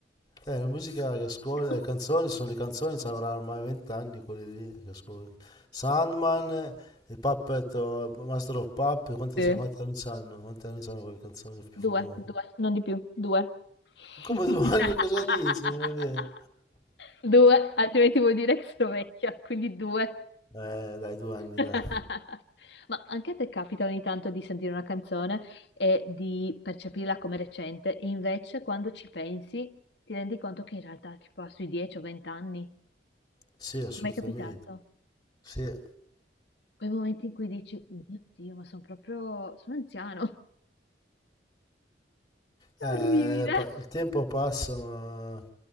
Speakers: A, on the left (about 20°); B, on the left (about 75°).
A: Eh, la musica che ascolto,
B: No.
A: le canzoni sono le canzoni, ci avranno ormai vent'anni quelle lì che ascolto. Sandman, il Puppet, oh, Master of Puppet, quanti,
B: Sì.
A: quanti anni sanno? Quanti anni sanno quelle canzoni più
B: Due,
A: famose?
B: due, non di più, due.
A: Come
B: <laughs>
A: due anni cosa dici? Non è vero?
B: Due, altrimenti vuol dire che sono vecchia, quindi due.
A: Eh, dai, due anni,
B: <laughs>
A: dai.
B: Ma anche a te capita ogni tanto di sentire una canzone e di percepirla come recente, e invece quando ci pensi ti rendi conto che in realtà tipo ha sui 10 o 20 anni. Ti
A: Sì, assolutamente.
B: è mai capitato?
A: Sì.
B: Quei momenti in cui dici, mio Dio, ma sono proprio... sono anziano. È
A: Eh,
B: orribile.
A: pa- il tempo passa, ma